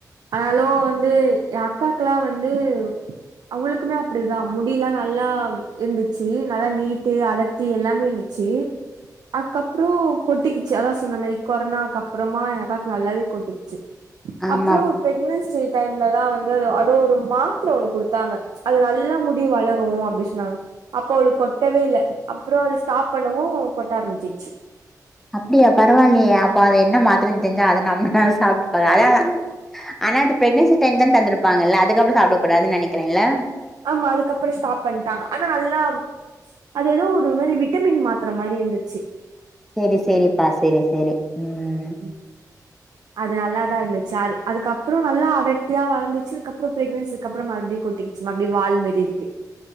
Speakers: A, on the right (about 75°); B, in the centre.
A: ஆனாலு வந்து என் அக்கல்லா வந்து அவுளுக்குமே அப்டிதா முடில்லா நல்லா இருந்துச்சு நல்லா நீட்டு அடத்தி எல்லாமே இருந்துச்சு அதுக்கப்றோ கொட்டிக்குச்சு அதாவ சொன்ன மாதிரி கொரனாக்கு அப்பறமா எங்க அக்காக்கு நல்லாவே கொட்டுச்சு
B: ஆமா
A: அப்றோ ப்ரெக்னன்சி டைம்ல தா வந்து அத அதோ ஒரு மாத்தர ஒன்னு குடுத்தாங்க அது நல்லா முடி வளரு அப்டின்னு சொன்னாங்க அப்ப அவளுக்கு கொட்டவே இல்ல அப்றோ அது ஸ்டாப் பண்ணவு கொட்ட ஆரம்பிச்சிச்சு
B: அப்டியா பரவாயில்லையே அப்ப அது என்ன மாத்தரனு தெரிஞ்சா அத நம்ம ஆ சாப்பிட்டுப்பாங்க அதா ஆனா அந்த ப்ரெக்னசி டைம்ல த தந்திருப்பாங்கல்ல அதுக்கப்றோ சாப்ட கூடாதுன் நெனக்குறீங்ளா
A: ஆமா அதுக்கப்றோ ஸ்டாப் பண்ணிட்டாங்க ஆனா நல்லா அது ஏதோ ஒரு மாரி விட்டமின் மாத்ர மாரி இருந்துச்சு
B: சேரி சேரிப்பா சேரி சேரி ம்
A: உம் அது நல்லாதா இருந்துச்சு அது அதுக்கப்றோ நல்லா அடர்த்தியா வளந்துச்சு அதுக்கப்றோ ப்ரெக்னன்சிக்கு அப்றோ மறுபடியு கொட்டிகிச்சு மறுபடி வால்மாரி இருக்கு